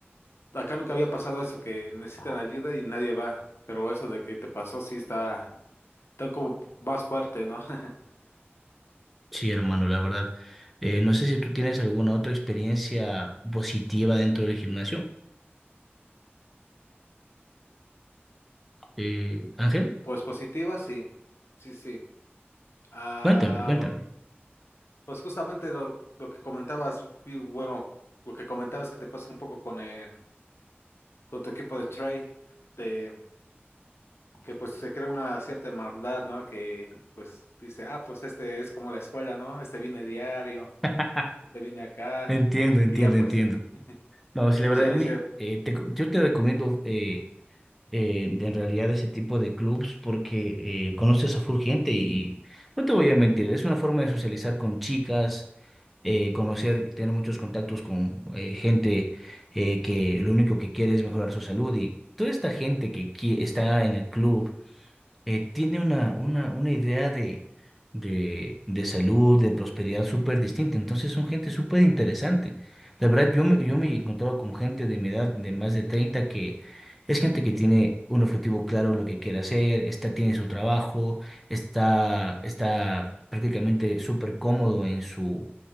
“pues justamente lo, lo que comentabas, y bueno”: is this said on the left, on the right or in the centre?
Left